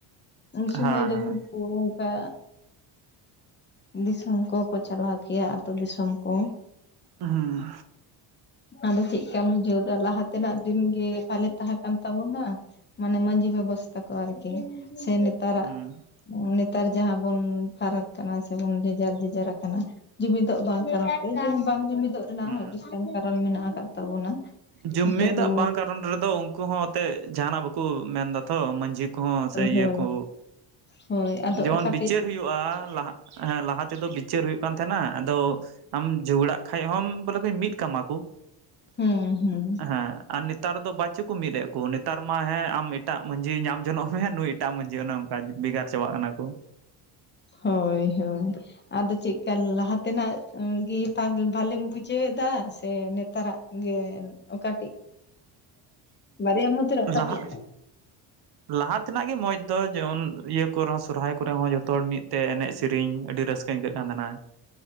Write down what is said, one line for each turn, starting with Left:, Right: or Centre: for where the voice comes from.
Left: ᱩᱱ ᱥᱚᱢᱚᱭ
Right: ᱦᱮᱸ,
Left: ᱱᱩᱠᱩ
Right: ᱦᱮᱸ,
Left: ᱚᱱᱠᱟ ᱫᱤᱥᱚᱢ ᱠᱚᱠᱚ ᱪᱟᱞᱟᱣ ᱠᱮᱭᱟ ᱟᱛᱳ ᱫᱤᱥᱚᱢ ᱠᱚ
Right: ᱦᱩᱸ
Left: ᱟᱫᱚ ᱪᱮᱫ ᱠᱟᱢ ᱵᱩᱡᱷᱟᱹᱣ ᱫᱟ ᱞᱟᱦᱟ ᱛᱮᱱᱟᱜ ᱫᱤᱱ ᱜᱮ ᱵᱷᱟᱞᱮ ᱛᱟᱦᱮᱸ ᱠᱟᱱ ᱛᱟᱵᱚᱱᱟ? ᱢᱟᱱᱮ ᱢᱟᱹᱡᱷᱤ ᱵᱮᱵᱚᱥᱛᱟ ᱠᱚ ᱟᱨᱠᱤ ᱥᱮ ᱱᱮᱛᱟᱨᱟᱜ᱾
Right: ᱦᱩᱸ,
Left: ᱱᱮᱛᱟᱨ ᱡᱟᱦᱟᱸ ᱵᱚᱱ ᱯᱷᱟᱨᱟᱠ ᱠᱟᱱᱟ ᱥᱮᱵᱚᱱ ᱡᱮᱡᱟᱨ ᱡᱮᱡᱟᱨ ᱟᱠᱟᱱᱟ᱾ ᱡᱩᱢᱤᱫᱚᱜ ᱵᱟᱝ ᱠᱟᱨᱚᱱ ᱛᱮ ᱵᱟᱝ ᱡᱩᱢᱤᱫᱚᱜ ᱨᱮᱱᱟᱜ
Right: ᱦᱩᱸ᱾
Left: ᱦᱚᱸ ᱟᱹᱰᱤ ᱴᱟᱱ ᱠᱟᱨᱚᱱ ᱢᱮᱱᱟᱜ ᱟᱠᱟᱫ ᱛᱟᱵᱚᱱᱟ᱾
Right: ᱡᱩᱤᱫᱟᱜ
Left: ᱛᱚᱵᱩ
Right: ᱵᱟᱝ ᱠᱟᱨᱚᱱ ᱨᱮᱫᱚ ᱩᱱᱠᱩ ᱦᱚᱸ ᱚᱛᱮ ᱡᱟᱦᱟᱱᱟᱜ ᱵᱟᱠᱚ ᱢᱮᱱᱫᱟ ᱛᱚ ᱢᱟᱺᱡᱷᱤ ᱠᱚ ᱦᱚᱸ ᱥᱮ
Left: ᱦᱳᱭ
Right: ᱤᱭᱟᱹ ᱠᱚ
Left: ᱦᱳᱭ ᱟᱫᱚ
Right: ᱡᱮᱢᱚᱱ
Left: ᱚᱠᱟᱴᱤᱡ
Right: ᱵᱤᱪᱟᱹᱨ ᱦᱩᱭᱩᱜᱼᱟ ᱞᱟᱦ ᱦᱮᱸ ᱞᱟᱦᱟ ᱛᱮᱫᱚ ᱵᱤᱪᱟᱹᱨ ᱦᱩᱭᱩᱜ ᱠᱟᱱ ᱛᱟᱦᱮᱱᱟ ᱟᱫᱚ ᱟᱢ ᱡᱷᱚᱜᱽᱲᱟᱜ ᱠᱷᱟᱡ ᱦᱚᱢ ᱵᱚᱞᱮ ᱢᱤᱫ ᱠᱟᱢᱟ ᱠᱚ
Left: ᱦᱩᱸ
Right: ᱾
Left: ᱦᱩᱸ
Right: ᱦᱮᱸ ᱟᱨ ᱱᱮᱛᱟᱨ ᱫᱚ ᱵᱟᱪᱮᱫ ᱠᱚ ᱢᱤᱫᱮᱫ ᱠᱚ ᱱᱮᱛᱟᱨ ᱢᱟ ᱦᱮᱸ ᱟᱢ ᱮᱴᱟᱜ ᱢᱟᱺᱡᱷᱤᱭ ᱧᱟᱢ ᱡᱚᱱᱚᱜ ᱢᱮ ᱱᱩᱭ ᱮᱴᱟᱜ ᱢᱟᱺᱡᱷᱤ ᱚᱱᱮ ᱚᱱᱠᱟ ᱵᱷᱮᱜᱟᱨ ᱪᱟᱵᱟᱜ ᱠᱟᱱᱟ ᱠᱚ᱾
Left: ᱦᱳᱭ-ᱦᱳᱭ᱾ ᱟᱫᱚ ᱪᱮᱫᱠᱟ ᱞᱟᱦᱟ ᱛᱮᱱᱟᱜ ᱜᱮ ᱵᱷᱟᱞᱮᱢ ᱵᱩᱡᱷᱟᱹᱣ ᱮᱫᱟ ᱥᱮ ᱱᱮᱛᱟᱨᱟᱜ? ᱜᱮ ᱚᱠᱟᱴᱤᱡ ᱵᱟᱹᱨᱭᱟ ᱢᱩᱫᱽᱨᱮ ᱚᱠᱟᱴᱤᱡ?
Right: ᱞᱟᱦᱟ ᱞᱟᱦᱟ ᱛᱮᱱᱟᱜ ᱜᱮ ᱢᱚᱸᱡᱽ ᱫᱚ ᱡᱮᱢᱚᱱ ᱤᱭᱟᱹ ᱠᱚᱨᱮ ᱦᱚᱸ ᱥᱚᱨᱦᱟᱭ ᱠᱚᱨᱮ ᱦᱚᱸ ᱡᱚᱛᱚ ᱦᱚᱲ ᱢᱤᱫᱛᱮ ᱮᱱᱮᱡ ᱥᱮᱨᱮᱧ ᱟᱹᱰᱤ ᱨᱟᱹᱥ ᱟᱹᱭᱠᱟᱹᱜ ᱠᱟᱱ ᱛᱟᱦᱮᱱᱟ